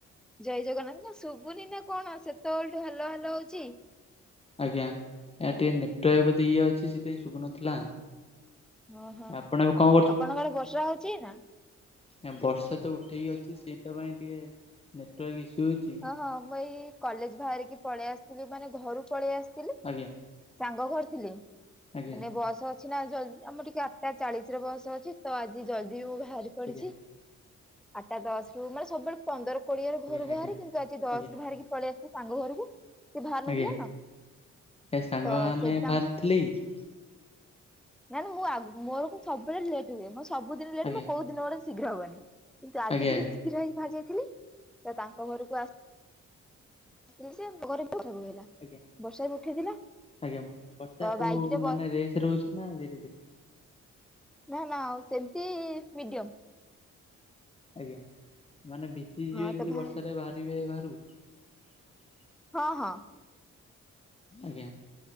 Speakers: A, in the centre; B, on the left.
A: ଜୟ ଜଗନ୍ନାଥ ନା ଶୁଭୁନି ନା କଣ ସେତବେଳଠୁ ହାଲୋ ହାଲୋ ହଉଛି।
B: ଆଜ୍ଞା ଏଠି ନେଟୱାର୍କ ବୋଧେ ଇଏ ଅଛି ସେଥିପାଇଁ ଶୁଭୁନଥିଲା।
A: ଅ ହୋ
B: ଆପଣ ଏବେ କଣ
A: ଆପଣଙ୍କର ବର୍ଷା ହଉଛି ଏଇନା?
B: ନା ବର୍ଷା ତ ଉଠେଇ ଅଛି ସେଇଥପାଇଁ ଟିକେ ନେଟୱାର୍କ ଇସ୍ୟୁ ହଉଛି?
A: ହଁ ହଁ ମୁଁ ଏଇ କଲେଜ ବାହାରିକି ପଳେଇ ଆସିଥିଲି ମାନେ ଘରୁ ପଳେଇ ଆସିଥିଲି
B: ଆଜ୍ଞା
A: ସାଙ୍ଗ ଘରେଥିଲି।
B: ଆଜ୍ଞା
A: ମାନେ ବସ୍ ଅଛି ନା ଜଲଦି ଆମର ଟିକେ ଆଠଟା ଚାଳିଶରେ ବସ୍ ଅଛି ତ ଆଜି ଜଲଦି ଉ ଭାରି ପଡିଛି
B: ଆଜ୍ଞା
A: ଆଠଟା ଦଶ ରୁ ମାନେ ସବୁବେଳେ ପନ୍ଦର କୋଡିଏ ରୁ
B: ଆଜ୍ଞା
A: ଘରୁ ବାହାରେ
B: ଆଜ୍ଞା
A: କିନ୍ତୁ ଆଜି ଦଶରୁ
B: ଆଜ୍ଞା
A: ବାହାରିକି ପଳେଇ ଆସିଲି ସାଙ୍ଗ ଘରକୁ। ସେ ବାହାରି ନଥିଲା
B: ଆଜ୍ଞା
A: ନା
B: ଏ ସାଙ୍ଗମାନେ
A: ତ ସେଇଠି
B: ବାହାରି ଥିଲେ କି?
A: ନାଇଁ ନାଇଁ ମୁଁ ଆଗୁ ମୋର ସବୁବେଳେ ଲେଟ୍ ହୁଏ ମୋ ସବୁଦିନେ ଲେଟ୍
B: ଆଜ୍ଞା
A: ମୋ କୋଉ ଦିନ ଗୋଟେ ଶୀଘ୍ର ହବନି। କିନ୍ତୁ ଆଜି
B: ଆଜ୍ଞା
A: ଟିକେ
B: ଆଜ୍ଞା
A: ଶୀଘ୍ର ହେଇ ବାହାରି ଯାଇଥିଲି ସେ ତାଙ୍କ ଘରକୁ ଆସି <unintelligible> ବର୍ଷା ବି
B: ଆଜ୍ଞା
A: ଉଠେଇଥିଲା।
B: ଆଜ୍ଞା ବଟାକୁ
A: ତ ବାଇକ ରେ
B: ମାନେ
A: ବ
B: ରେସ୍ ରହୁଛି ନା ଧୀରେ ଧୀରେ?
A: ନା ନା ଆଉ ସେମିତି ମିଡିୟମ।
B: ଆଜ୍ଞା, ମାନେ ଭିଜି ଯିବେ
A: ହଁ
B: ଯଦି
A: ତ ଭାଇ
B: ବର୍ଷାରେ ବାହାରିବେ ବାହାରୁକୁ?
A: ହଁ ହଁ।
B: ଆଜ୍ଞା।